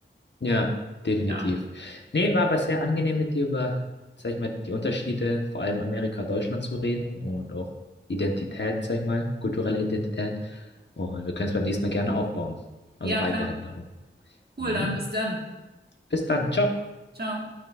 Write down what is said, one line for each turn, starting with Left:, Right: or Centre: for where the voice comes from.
Left: Ja, definitiv.
Right: Ja.
Left: Nee, war aber sehr angenehm mit dir über, sag ich mal, die Unterschiede, vor allem Amerika, Deutschland zu reden und auch Identität, sag ich mal, kulturelle Identität. Und wir können es beim nächsten Mal gerne aufbauen. Also
Right: Ja,
Left: weiterhin
Right: klar.
Left: darum.
Right: Cool,
Left: Dann,
Right: dann bis dann.
Left: bis dann, ciao.
Right: Ciao.